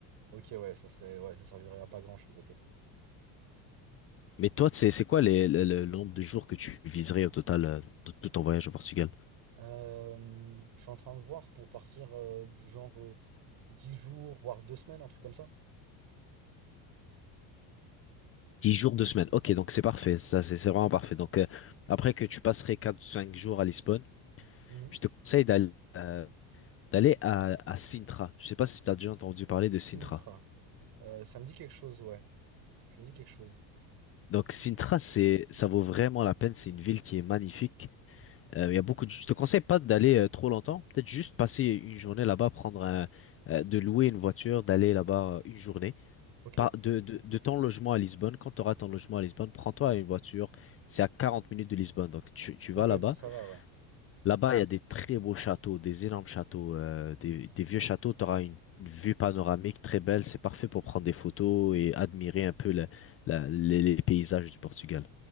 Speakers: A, on the right; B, on the left.
A: Ok, ouais, ça serait, ouais, ça servirait à pas grand-chose, ok.
B: Mais toi, c'est c'est quoi les- le, le nombre de jours que tu viserais au total euh, de tout ton voyage au Portugal?
A: Euh, je suis en train de voir pour partir euh, du genre euh, 10 jours, voire 2 semaines, un truc comme ça.
B: 10 jours, 2 semaines. Ok, donc c'est parfait. Ça, c'est c'est vraiment parfait. Donc, euh, après que tu passerais quatre cinq jours à Lisbonne,
A: Mhm.
B: je te conseille d'aller euh, d'aller à, à Sintra. Je sais pas si tu as déjà entendu parler
A: Sintra.
B: de Sintra.
A: Euh, ça me dit quelque chose, ouais. Ça me dit quelque chose.
B: Donc, Sintra, c'est, ça vaut vraiment la peine. C'est une ville qui est magnifique. Euh, Il y a beaucoup de... Je te conseille pas d'aller euh, trop longtemps. Peut-être juste passer une journée là-bas, prendre un- euh, de louer une voiture, d'aller là-bas euh, une journée.
A: Ok.
B: Pas de, de, de ton logement à Lisbonne. Quand tu auras ton logement à Lisbonne, prends-toi une voiture. C'est à 40 minutes de Lisbonne. Donc tu, tu
A: Ok,
B: vas là-bas.
A: donc ça va, ouais.
B: Là-bas, il y a des très beaux châteaux, des énormes châteaux, euh, des, des vieux châteaux. Tu auras une, une vue panoramique très belle. C'est parfait pour prendre des photos et admirer un peu la- la- les les paysages du Portugal.